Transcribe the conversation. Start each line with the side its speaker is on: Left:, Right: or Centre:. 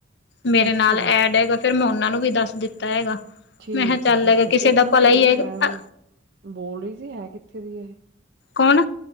Left: ਮੇਰੇ
Right: ਅੱਛਾ
Left: ਨਾਲ ਐਡ
Right: ਜੀ
Left: ਹੈਗਾ ਫਿਰ ਮੈਂ ਉਹਨਾਂ ਨੂੰ ਵੀ ਦੱਸ ਦਿੱਤਾ ਹੈਗਾ।
Right: ਠੀਕ
Left: ਮੈਂ ਕਿਹਾ ਚੱਲ
Right: ਹੈ ਠੀਕ
Left: ਹੈਗਾ
Right: ਹੈ
Left: ਕਿਸੇ
Right: ਇਹ
Left: ਦਾ
Right: ਵੈਸੇ
Left: ਭਲਾ ਹੀ
Right: ਜਿਹੜੀ
Left: ਹੈਗਾ
Right: ਮੈਡਮ ਬੋਲ ਰਹੀ ਸੀ ਹੈ ਕਿੱਥੇ ਦੀ ਹੈ ਇਹ
Left: ਕੌਣ